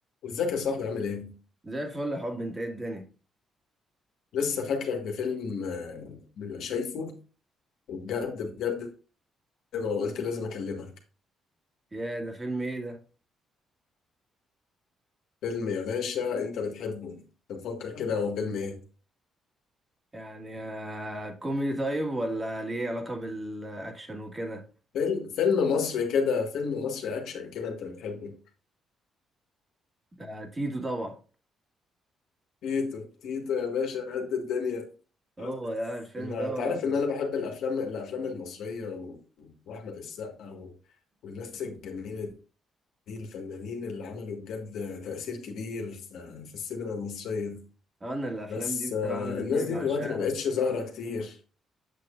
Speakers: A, on the left; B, on the right.
A: ازيك يا صاحبي عامل ايه؟
B: زي الفل يا حب انت ايه الدنيا
A: لسه فاكرك بفيلم آه، من- شايفه وبجد بجد ما قلت لازم اكلمك
B: يا ده فيلم ايه ده
A: فيلم يا باشا انت بتحبه تفكر كده هو فيلم ايه؟
B: يعني آه، كوميدي طيب ولا ليه علاقة بالاكشن وكده
A: فيلم فيلم مصري كده فيلم مصري اكشن كده انت بتحبه
B: ده تيتو طبعا
A: تيتو تيتو يا باشا قد الدنيا
B: هو
A: انت
B: ده الفيلم
A: أنت
B: ده آه،
A: عارف ان انا بحب الافلام الافلام المصرية و... واحمد السقا و... والناس الجميلة دي الفنانين اللي عملوا بجد تأثير كبير في في السينما المصرية
B: انا الافلام
A: بس
B: دي بصراحة
A: آه،
B: بالنسبة
A: الناس
B: لي
A: دي
B: بعشقها
A: دلوقتي ما بقتش ظاهرة كتير